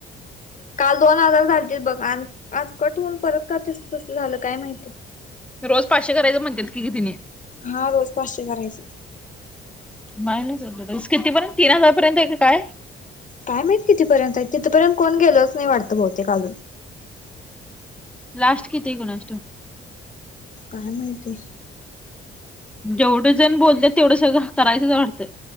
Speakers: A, on the left (about 40°); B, in the centre.
A: काल दोन हजार झालतीत बघ आणि आज कट होन परत का तसं तसं झालं काय माहिती.
B: रोज पाचशे करायचं म्हणतात की ग त्यांनी.
A: हा रोज पाचशे करायचं.
B: मायनसस कितीपर्यंत तीन हजार पर्यंत आहे का काय?
A: काय माहित कितीपर्यंत आहेत तिथपर्यंत कोण गेलच नाही वाटतं बहुतेक का अजून.
B: लास्ट किती कोणास ठाऊक.
A: काय माहिती.
B: जेवढं जण बोलत तेवढ सगळं करायचंच वाटतं.